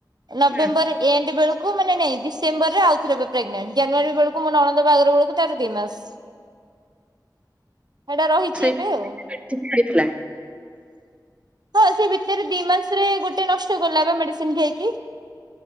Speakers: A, on the right; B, on the right.
A: ନଭେମ୍ବର
B: ହୁଁ
A: ଏଣ୍ଡ ବେଳକୁ ଥ ମାନେ ନାଇ ଡିସେମ୍ୱର ରେ ଆଉଥରେ ବୋଧେ ପ୍ରେଗନେଣ୍ଟ ଜାନୁଆରୀ ବେଳକୁ ମୁଁ ନଣନ୍ଦ ବାହାଘର ବେଳକୁ ତାର ଦି ମାସ। ହେଟା ରହିଛି
B: ସେଇ
A: ଏବେ ଆଉ।
B: ମେଡିସିନ ଖାଇଥିଲା।
A: ହଁ ସେ ଭିତରେ ଦି ମାସରେ ଗୋ ଗୋଟେ ନଷ୍ଟ କଲା ବା ମେଡିସିନ ଖାଇକି।